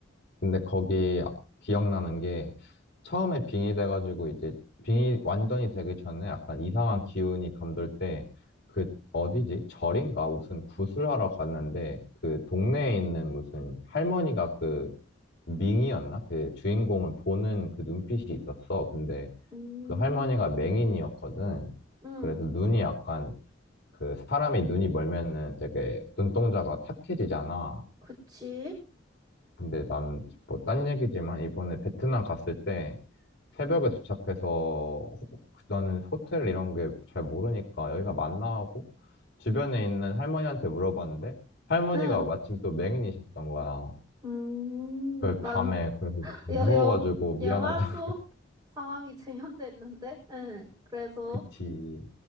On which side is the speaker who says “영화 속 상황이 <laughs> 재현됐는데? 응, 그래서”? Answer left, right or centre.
Right